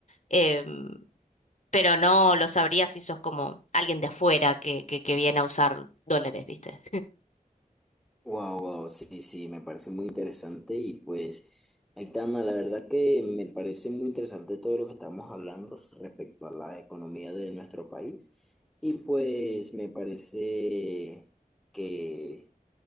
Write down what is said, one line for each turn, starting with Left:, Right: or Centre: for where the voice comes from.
Left: eh, pero no lo sabrías si sos como alguien de afuera que, que, que viene a usar dólares, ¿viste?
Centre: Wow, wow, sí, sí, me parece muy interesante y pues, Aitana, la verdad que me parece muy interesante todo lo que estamos hablando respecto a la economía de nuestro país y pues me parece que